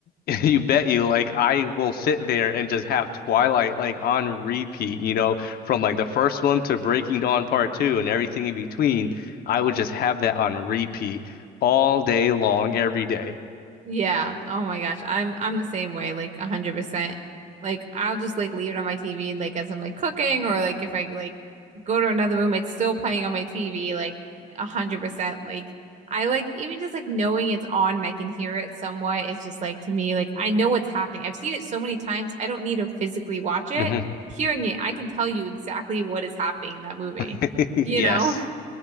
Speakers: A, on the left; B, on the right.
A: <laughs> you bet you like I will sit there and just have Twilight like on repeat, you know, from like the first one to Breaking Dawn Part 2 and everything in between. I would just have that on repeat all day long every day.
B: Yeah. Oh my gosh. I'm I'm the same way, like a hundred percent. Like I'll just like leave it on my TV like as I'm like cooking or like if I like go to another room, it's still playing on my TV like a hundred percent. Like I like even just like knowing it's on and I can hear it somewhat, it's just like to me, like I know what's happening. I've seen it so many times, I don't need to physically watch it.
A: Mhm.
B: Hearing it, I can tell you exactly what is happening in that movie,
A: <laughs> Yes.
B: you know?